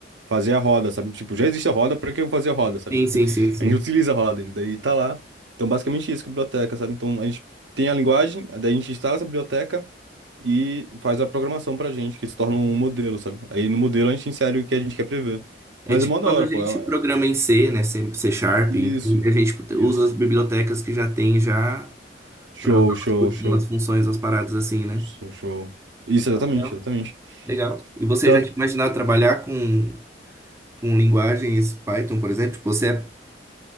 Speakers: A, on the right (about 80°); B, on the right (about 15°).
A: fazer a roda, sabe? Tipo, já existe a roda, pra que eu vou fazer a roda, sabe?
B: Sim,
A: <laughs>
B: sim, sim, sim.
A: A gente utiliza a roda, e daí tá lá. Então, basicamente isso, que é biblioteca, sabe? Então, a gente tem a linguagem, daí a gente instala essa biblioteca e faz a programação pra gente, que se torna
B: Uhum.
A: um modelo, sabe? Aí no modelo a gente insere o que a gente quer prever.
B: É
A: Mas
B: tipo
A: é mó da
B: quando
A: hora,
B: a gente
A: pô. é-
B: programa
A: é-
B: em C, né? C, C Sharp,
A: Isso,
B: enfim, a gente
A: isso.
B: usa as bibliotecas que já tem já
A: Show,
B: para
A: show,
B: umas
A: show.
B: funções, umas paradas assim, né?
A: Show, show. Isso,
B: Tá
A: exatamente,
B: legal.
A: exatamente.
B: Legal. E você
A: Pior-
B: já tinha imaginado trabalhar com, com linguagens Python, por exemplo? Tipo, você é,